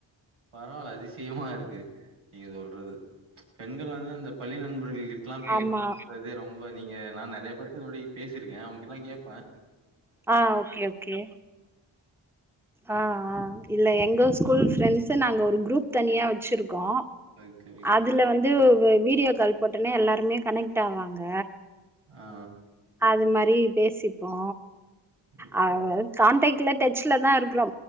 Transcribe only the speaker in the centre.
ஆமா
ஆ ஓகே ஓகே ஆ ஆ இல்ல எங்க ஸ்கூல் ஃப்ரெண்ட்ஸ்சு நாங்க ஒரு குரூப் தனியா வச்சிருக்கோ
அதுல வந்து வ வீடியோ கால் போட்டோனே எல்லாருமே கனெக்ட் ஆவாங்க
அது மாரி பேசிப்போ
ஆ
கான்டக்ட்ல டச்ல தா இருக்குறோ